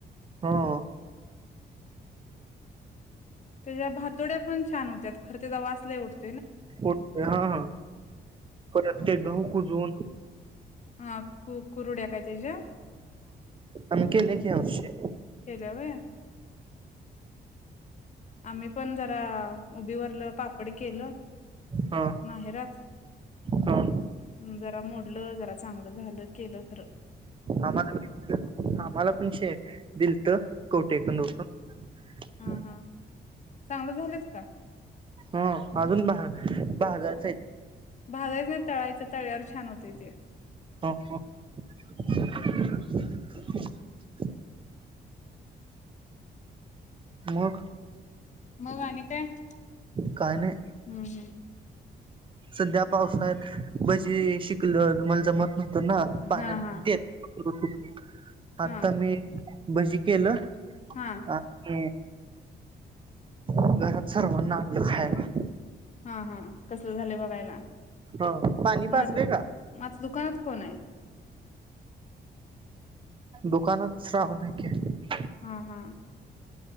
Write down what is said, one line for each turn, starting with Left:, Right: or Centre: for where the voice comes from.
Right: हा
Left: त्याच्या भातोड्या पण छान होत्या. खर तेवास नाही उवतं
Right: उठ हा हा प्रत्येक गहू कुजून.
Left: हा कु कुरुड्या काय त्याच्या
Right: आ् केेले
Left: हम्म
Right: खी अससे
Left: केल्या व आम्ही पण जरा उभीवरलं पापड केलं.
Right: हा
Left: माहेरच
Right: हा
Left: जरा मोठ. जरा चांगलं झालं केलं खर.
Right: आम्हाला आम्हाला पण शे दिलत कोठेकूनकून
Left: ह हा हा चांगलं झालंत का.
Right: हा अजूनहा बाजार
Left: भालायच नाही तळायचं. तळ्यावर छान होते ते
Right: ह. मग
Left: मग माणी काय हम्म
Right: काय नाही
Left: हम्म.
Right: सध्या पावसा्यात भजी शिकलं मला ज मग ना पाण्यात
Left: हा हा
Right: देत. <inaudible> मता
Left: हा
Right: मी भजी केलं. <inaudible>
Left: हा
Right: घरात सर्वांना आण खायला.
Left: हा हा कसले झालं बघायला.
Right: हो पाणी
Left: म
Right: पाजले का?
Left: म आता दुकानात कोण आहे
Right: दुकानात राह नाही <unintelligible>
Left: हा हा.